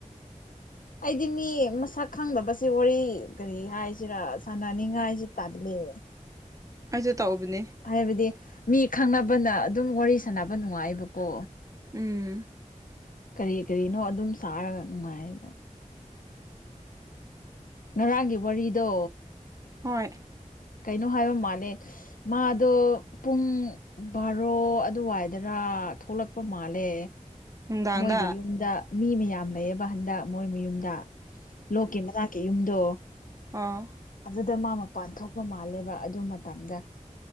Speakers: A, on the left; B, on the right.
A: ꯑꯩꯗꯤ ꯃꯤ ꯃꯁꯛ ꯈꯪꯗꯕꯁꯤ ꯋꯥꯔꯤ ꯀꯔꯤ ꯍꯥꯏꯁꯤꯔꯥ ꯁꯥꯟꯅꯅꯤꯡꯉꯥꯏꯁꯤ ꯇꯜꯂꯤ
B: ꯑꯩꯖꯨ ꯇꯧꯕꯅꯤ
A: ꯍꯥꯏꯕꯗꯤ ꯃꯤ ꯈꯪꯅꯕꯅ ꯑꯗꯨꯝ ꯋꯥꯔꯤ ꯁꯥꯟꯅꯕ ꯅꯨꯡꯉꯥꯏꯕꯀꯣ
B: ꯎꯝ
A: ꯀꯔꯤ ꯀꯔꯤꯅꯣ ꯑꯗꯨꯝ ꯁꯥꯔꯒ ꯅꯨꯡꯉꯥꯏꯌꯦꯕ ꯉꯔꯥꯡꯒꯤ ꯋꯥꯔꯤꯗꯣ
B: ꯍꯣꯏ
A: ꯀꯩꯅꯣ ꯍꯥꯏꯕ ꯃꯥꯅꯦ ꯃꯥꯗꯣ ꯄꯨꯡ ꯕꯥꯔꯣ ꯑꯗꯨꯋꯥꯏ ꯗꯔꯥ ꯊꯣꯛꯂꯛꯄ ꯃꯥꯜꯂꯦ
B: ꯅꯨꯡꯗꯥꯡꯗ
A: ꯃꯣꯏꯒꯤ ꯌꯨꯝꯗ ꯃꯤ ꯃꯌꯥꯝ ꯂꯩꯌꯦꯕ ꯍꯟꯗꯛ ꯃꯣꯏ ꯃꯌꯨꯝꯗ ꯂꯣꯛꯀꯤ ꯃꯅꯥꯛꯀꯤ ꯌꯨꯝꯗꯣ
B: ꯑꯥ
A: ꯑꯗꯨꯗ ꯃꯥ ꯃꯄꯥꯟ ꯊꯣꯛꯄ ꯃꯥꯜꯂꯦꯕ ꯑꯗꯨ ꯃꯇꯝꯗ ꯑ